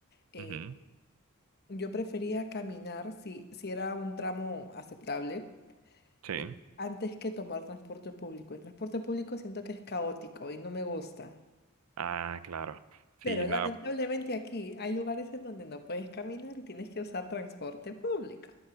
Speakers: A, on the left; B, on the right.
A: eh,
B: Ujú,
A: yo prefería caminar si, si era un tramo aceptable,
B: Sí.
A: eh, antes que tomar transporte público. El transporte público siento que es caótico y no me gusta.
B: Ah, claro.
A: Pero
B: Sí, nada,
A: lamentablemente aquí hay lugares en donde no puedes caminar y tienes que usar transporte público.